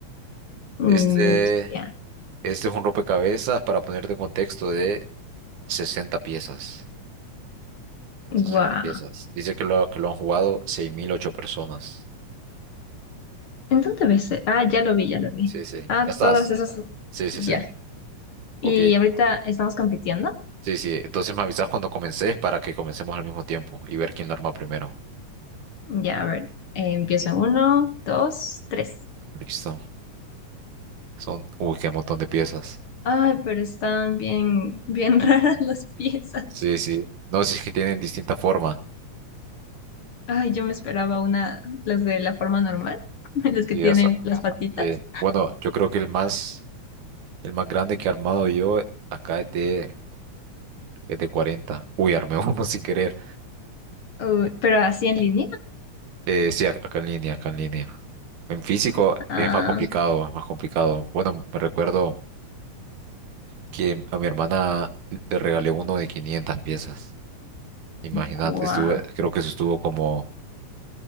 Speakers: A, on the left; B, on the right.
A: Mm,
B: Este,
A: ya.
B: este es un rompecabezas para ponerte en contexto de 60 piezas. 60
A: Guau.
B: piezas. Dice que lo, que lo han jugado 6.008 personas.
A: ¿En dónde ves? Ah, ya lo vi, ya lo vi.
B: Sí, sí.
A: Ah,
B: ¿Ya estás?
A: todas esas.
B: Sí, sí,
A: Ya.
B: sí.
A: Y
B: Ok.
A: ahorita estamos compitiendo.
B: Sí, sí. Entonces me avisas cuando comences para que comencemos al mismo tiempo y ver quién lo arma primero.
A: Ya, a ver. eh, empiezo en uno, dos, tres.
B: Listo. Son, uy, qué montón de piezas.
A: Ay, pero están bien, bien <laughs> raras las piezas.
B: Sí, sí. No, si es que tienen distinta forma.
A: Ay, yo me esperaba una, las de la forma normal, <laughs> las
B: Sí,
A: que tienen
B: ya sa-
A: las patitas.
B: eh, bueno, yo creo que el más, el más grande que he armado yo acá es de, es de 40. Uy, armé <laughs> uno sin querer.
A: Uy, pero así en línea.
B: Eh, sí, ac- acá en línea, acá en línea. En físico
A: Ah,
B: es más complicado, es más complicado. Bueno, me recuerdo que a mi hermana le regalé uno de 500 piezas. Imagínate,
A: guau.
B: estuve, creo que eso estuvo como